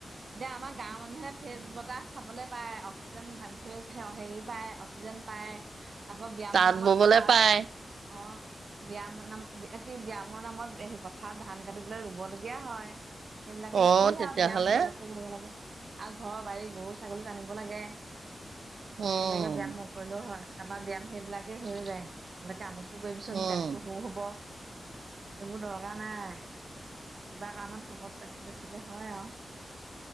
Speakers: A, on the right; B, on the right.
A: এতিয়া আমাৰ গাঁৱৰ মানুহে ফ্ৰেচ বতাহ খাবলৈ পায়, অক্সিজেন <unintelligible> হেৰি পায়, অক্সিজেন পায়। আকৌ ব্যায়মৰ
B: তাঁত
A: নামত
B: ববলে
A: পথাৰলে
B: পায়
A: মাতিছে, অ'। ব্যায়ামৰ নাম, কি ব্যায়ামৰ নামত পথাৰত ধান কাটিবলৈ ৰুব লগীয়া হয়। এইবিলাকে
B: অ
A: কি
B: তেতিয়াহ'লে
A: আৰু ব্যায়াম বেলেগকে কৰিব লাগে। আৰু ঘৰ-বাৰী, গৰু, ছাগলী টানিব লাগে, তেনেকে
B: উম।
A: বেয়া ন। কৰিলেও হয়, আমাৰ ব্যায়াম সেইবিলাকেই হৈয়ে যায়, এনেকে আমুকতটো কৰিবিচোন
B: উম
A: পেটটো সৰু হ'ব। এইবোৰ দৰকাৰ নাই, কিবা কাৰণত শক তাতো বেছিকে হয় আৰু